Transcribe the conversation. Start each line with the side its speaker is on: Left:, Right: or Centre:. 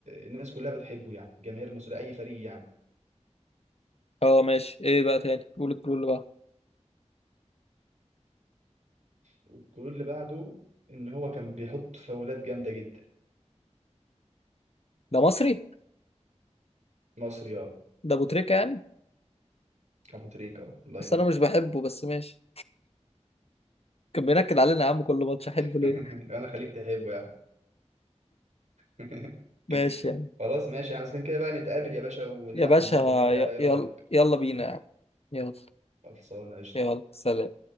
Right: الناس كلها بتحبه يعني الجماهير المصريه اي فريق يعني
Left: اه ماشي ايه بقى تاني قول الكلود بقى
Right: والجول اللي بعده ان هو كان بيحط فاولات جامده جدا
Left: ده مصري
Right: مصري اه
Left: ده ابو تريكة يعني
Right: ابو تريكه آه. الله
Left: بس
Right: ينور
Left: انا مش بحبه بس ماشي كان بينكد علينا يا عم كل ماتش احبه ليه
Right: <laughs> انا خليك تحبه يعني <laughs>
Left: ماشي يعني
Right: خلاص ماشي يا عم إذا كان كده بقى نتقابل يا باشا ونلعب
Left: يا باشا
Right: اللعبة دي بقى
Left: ي-
Right: ايه رأيك
Left: يلا يلا بينا يا عم يلا
Right: خلصانة قشطة
Left: يلا سلام